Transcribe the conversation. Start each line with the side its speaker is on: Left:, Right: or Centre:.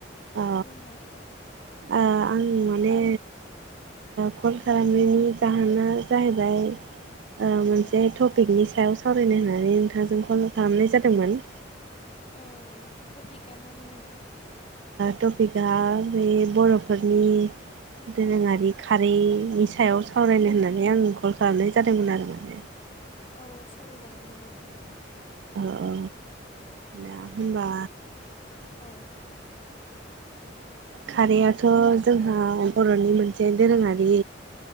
Right: औ
Left: बुंलाय
Right: आं माने कल खालामनायनि जाहोना जाहैबाय ओ मोनसे
Left: औ
Right: टपिकनि सायाव सावरायनो होननानै नोंथांजों कल खालामनाय जादोंमोन
Left: औ टपिकआ मामोन नोंथां
Right: टपिकआ बे बर'फोरनि दोरोङारि खारैनि सायाव सावरायनो होननानै आं कल खालामनाय जादोंमोन आरो माने
Left: औ-औ सावरायजागोन दे नोंथां
Right: औ-औ दा होमबा
Left: औ
Right: खारैआथ' जोंहा बर'नि मोनसे दोरोङारि